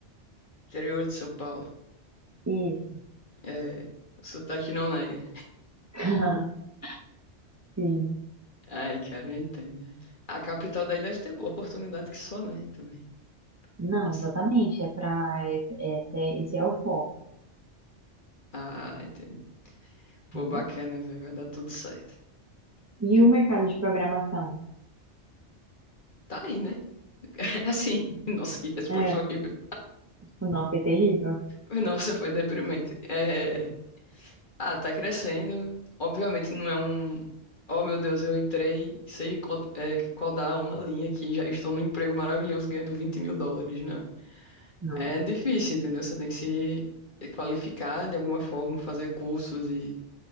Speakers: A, on the left; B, on the right.
A: Interior de São Paulo.
B: E
A: É, o sotaque não nega.
B: <laughs> sim.
A: Ai, cara, eu entendo. né? A capital daí deve ter oportunidade que só, né? Também.
B: Não,
A: Nossa.
B: exatamente. É para esse, é esse é o foco,
A: Ah, entendi Pô,
B: entendeu?
A: bacana, velho. Vai dar tudo certo.
B: E
A: Aí,
B: o
A: pô.
B: mercado de programação?
A: Tá aí, né? É Assim, <laughs> nossa, que resposta
B: É,
A: horrível.
B: o nosso é terrível?
A: Nossa, foi deprimente. É, ah, tá crescendo. Obviamente não é um. Oh, meu Deus, eu entrei, sei co- é, codar uma linha aqui, já estou num emprego maravilhoso ganhando vinte mil dólares, né?
B: Não.
A: É difícil, entendeu? Você tem que se qualificar de alguma forma, fazer cursos e,